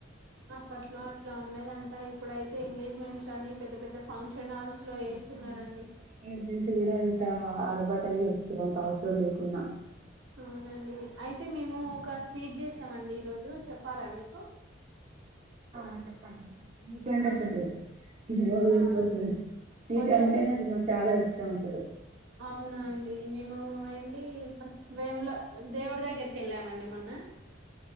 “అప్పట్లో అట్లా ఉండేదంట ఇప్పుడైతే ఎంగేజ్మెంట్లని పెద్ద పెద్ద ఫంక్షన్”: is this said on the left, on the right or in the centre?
Right